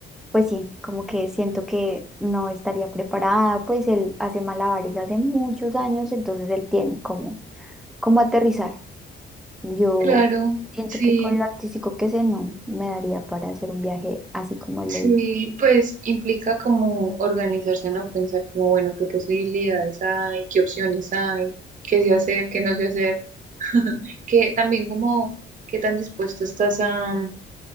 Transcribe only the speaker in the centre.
pues sí, como que siento que no estaría preparada, pues él hace malabares hace muchos años, entonces él tiene como como aterrizar. Yo
siento
que con lo artístico que sé, no me daría para hacer un viaje así como él
lo hice.